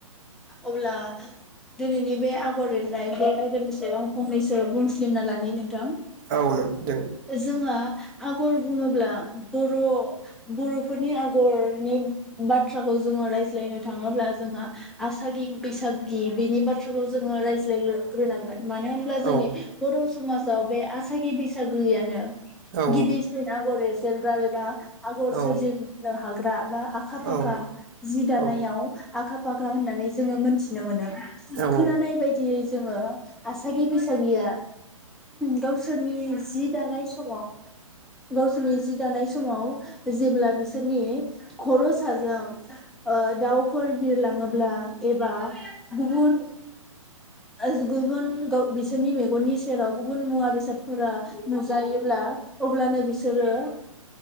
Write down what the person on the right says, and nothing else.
औ नों दे
औ
औ
औ
औ
ओं
औ
औ